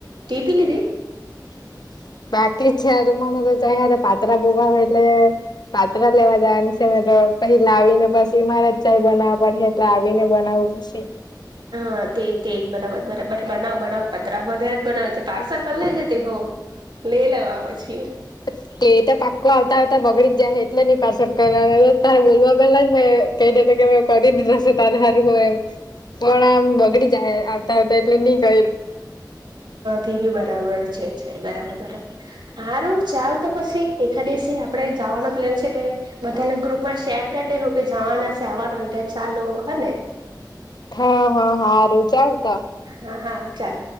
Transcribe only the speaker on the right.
ટ પી લીધી
હ તે તેજ બરાબર બરાબર બનાવ બનાવ પતરા વધારે જ બનાવે છે પાર્સાલ કર લે છે તે હો લે લેવા પછી
તે બી બરાબર છે છે બરાબર બરાબર સારું ચાલ તો પછી એા આપણે જવાનો પ્લેન છે બધાને ગ્રુપ માં શેર કરી દેહ કે જવાના છે આવવાનોટલે હાલો હને
હા હા ચાલ